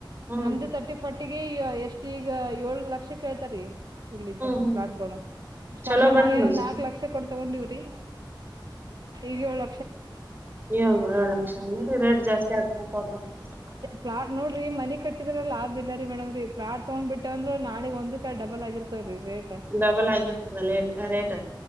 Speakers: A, on the right; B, on the right.
A: ಹ್ಮ್
B: ನಮ್ದು ತರ್ಟಿ ಫಾರರ್ಟಿಗೆ ಎಷ್ಟು ಈಗ ಏಳ ಲಕ್ಷ ಕೇಳ್ತಾರಿ ಇಲ್ಲಿ
A: ಹ್ಮ್
B: ಪ್ಲಾಟ್ಗಳು ಸ್ಟಾರ್ಟಿಂಗ್
A: ಚಲೋ ಬಿಡ್ರಿ
B: ನಾವೇ
A: ಮತ್
B: ಒಂದ್ ನಾಕ್ ಲಕ್ಷ ಕೊಟ ತಗೊಂಡಿವ್ರಿ ಈಗ ಒಳ
A: ಏಳು ಲಕ್ಷ ಅಂಗಿ ರೀ ರೇಟ್ ಜಾಸ್ತಿ ಆಗ್ತಂತ ಹ
B: ಪ್ಲಾಟರ ನೋಡ್ರಿ ಮನಿ ಕಟ್ಟಿದ್ರಲ್ಲ ಲಾಸ್ ಇಲ್ಲರೀ ಮೇಡಮ್ ರೀಫ್ಲಾಟ್ ತಗೊಂಡ್ ಬಿಟ್ಟೆ ಅದ್ರ ನಾಳ ಒಂದು ಕ ಡಬಲ್ ಆಗಿರ್ತವ ರೀ ರೇಟ್
A: ಡಬಲ್ ಆಗಿರ್ತದ ಲೇಟ್ ರೇಟ್